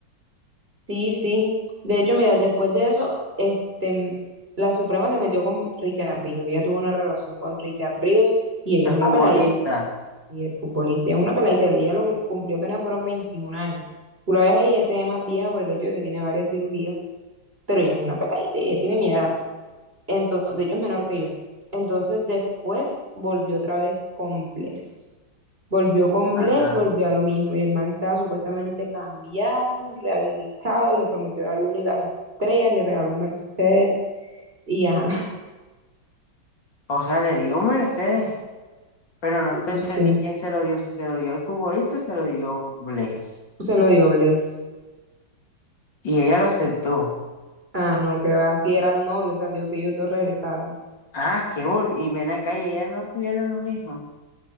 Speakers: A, on the right; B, on the left.
A: Sí, sí, de hecho, mira, después de eso, este, mm, la Suprema se metió con Richard Ríos, ella tuvo una relación con Richard Ríos y ella es
B: El
A: una
B: futbolista.
A: peladita, y el futbolista ella es una peladita, ella lo que cumplió apenas fueron 21 años. Tú la ves ahí, ella se ve más vieja por el hecho de que tiene varias cirugías, pero ella es una peladita, y ella tiene mi edad. Entonces, de hecho es menor que yo. Entonces después volvió otra vez con Bless. Volvió con
B: Ajá.
A: Bless, volvió a lo mismo. Y el man estaba supuestamente cambiado, rehabilitado, le prometió la luna y las estrellas, le regaló un Mercedes. Y ajá,
B: O sea, le dio un Mercedes, pero no
A: <laughs>
B: te entendí
A: sí,
B: quién se lo dio, si se lo dio el futbolista o se lo dio Bless.
A: se lo dio Bless.
B: Y ella lo aceptó.
A: Ah, no, que va, si eran novios, o sea, digo que ellos dos regresaron.
B: Ah, qué bol. Y ven acá y ellas no tuvieron un hijo.